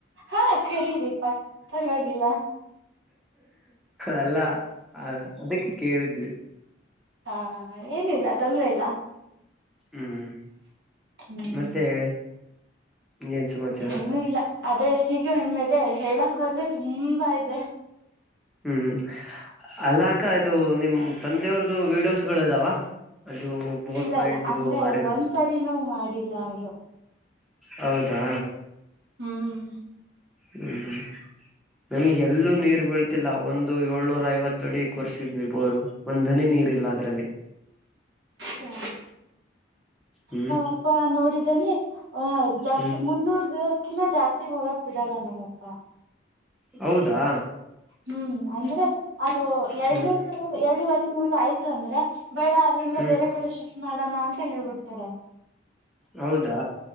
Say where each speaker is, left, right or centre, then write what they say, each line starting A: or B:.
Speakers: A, on the right (about 70°); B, in the centre.
A: ಹಾ ಕೇರಿರಿಪಾ ಪರವಾಗಿಲ್ಲ.
B: ಅಲ್ಲ ಆ ಅದಕ್ಕ ಕೇಳಿದ್ವಿ.
A: ಹಾ ಏನು ಇಲ್ಲ ತೊಂದ್ರೆ ಇಲ್ಲ.
B: ಹ್ಮ್
A: ಹ್ಮ್
B: ಮತ್ತೆ ಹೇಳಿ ಏನ್ ಸಮಾಚಾರ
A: ಏನು ಇಲ್ಲ ಅದೇ ಸೀಗೆ ಹುಣ್ಮೇದೆ ಹೇಳ. ಕ ಹೊದ್ರೆ ತುಂಬಾ ಇದೆ.
B: ಹ್ಮ್ ಹ್ಮ್ ಅಲ್ಲ ಅಕ್ಕ ಇದು ನಿಮ್ ತಂದೆಯವ್ರ್ದ ವಿಡಿಯೋಸ್ಗಳು ಇದಾವ. ಅದು ಬೋರ್
A: ಇಲ್ಲ
B: ಪಾಯಿಂಟ್
A: ಇಲ್ಲ ಅಂದ್ರೆ
B: ಮಾಡಿರದು.
A: ಒಂದ್ಸರಿನೂ ಮಾಡಿಲ್ಲ ಅವರು
B: ಹೌದಾ
A: ಹ್ಮ್
B: ಹ್ಮ್ ಹ್ಮ್ ನಮಗ್ ಎಲ್ಲೂ ನೀರ್ ಬೀಳ್ತಿಲ್ಲ ಒಂದು ಏಳ್ನೂರ ಐವತ್ತ ಅಡಿ ಕೊರ್ಸಿದ್ವಿ ಬೋರು ಒಂದ್ಧನಿ ನೀ ರಿಲ್ಲ ಅದ್ರಲ್ಲಿ.
A: ಹೌದಾ
B: ಹ್ಮ್
A: ನಮ್ಮ ಅಪ್ಪ ನೋಡಿದಂದ್ರೆ. ಓಯ ಜಾಸ್ತಿ
B: ಹ್ಮ್
A: ಮುನ್ನೂರು ದಕಿಲ್ ಜಾಸ್ತಿ ಹೋಗಕ್ ಬಿಡಲ್ಲ ನಮ್ಮಪ್ಪ.
B: ಹೌದಾ
A: ಹ್ಮ್ ಅಂದ್ರೆ ಅದು ಎರಡ್ನೂರು
B: ಹ್ಮ್
A: ಎರಡೂವರೆ ನೂರು ಆಯ್ತು ಅಂದ್ರ. ಬೇಡ ಅಲ್ಲಿಂದ
B: ಹ್ಮ್
A: ಬೇರೆ ಕಡೆ ಶಿಫ್ಟ್ ಮಾಡೋಣ ಅಂತ ಹೇಳಬಿಡ್ತಾರೆ.
B: ಹೌದಾ